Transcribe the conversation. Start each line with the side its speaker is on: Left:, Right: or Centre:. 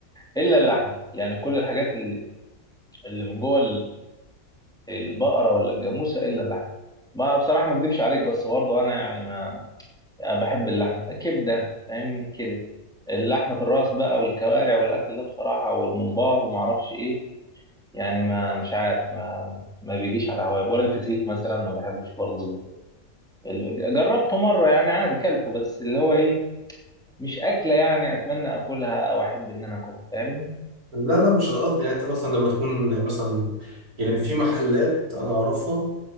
Centre: الا اللحمه يعني كل الحاجات اللي اللي من جوه البقرة ولا الجاموسة إلا اللحم ما بصراحة ما أكدبش عليك بس برضو أنا يعني ما بحب اللحمة كبدة فاهمني كده اللحمة الراس بقى والكوارع والأكل ده بصراحة والممبار وما أعرفش إيه يعني ما مش عارف ما ما بيجيش على هواي ولا الفسيخ مثلا ما بحبش برضو ال- جربته مرة يعني عادي كلته بس اللي هو إيه مش أكلة يعني أتمنى أكلها أو أحب إن أنا أكلها فاهمني
Right: لا لا مش القصد يعني أنت مثلا لما تكون مثلا يعني في محلات أنا أعرفها